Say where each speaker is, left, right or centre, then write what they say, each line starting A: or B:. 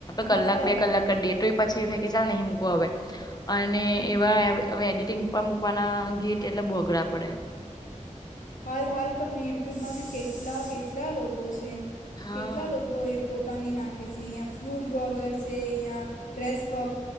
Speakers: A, on the left (about 80°); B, on the left (about 30°).
A: હા
B: કલાક
A: અ.
B: બે કલાક ડે. તે પછી ના કહે ને હમુકુ આવે અને એવા અ એડિટિંગ પણ મૂકવાના ગીત એટલે બોગડા પડે.
A: હાલ હાલ પણ યુટ્યુબમાં બી કેટલા કેટલા લોકો છે
B: હા
A: કેટલા લોકો એ. પોતાની નાખે છે ઇયા ફ્રૂટ વોગર છે ઇયાં. ડ્રેસ બોગ